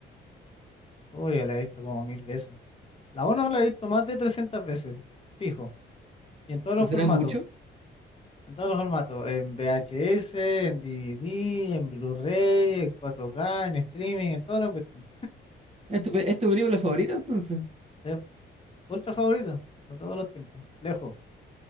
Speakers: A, on the left; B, on the right.
A: Uy, ya la he visto como mil veces. La uno la he visto más de 300 veces, fijo, y en todos
B: ¿No
A: los
B: será
A: formatos.
B: mucho?
A: En todos los formatos, en VHS, en DVD, en Blu-ray, en 4K, en streaming, en todas las cuestiones.
B: ¿Es tu, pe- es tu película favorita entonces?
A: Es ultra favorita de todos los tiempos, lejos.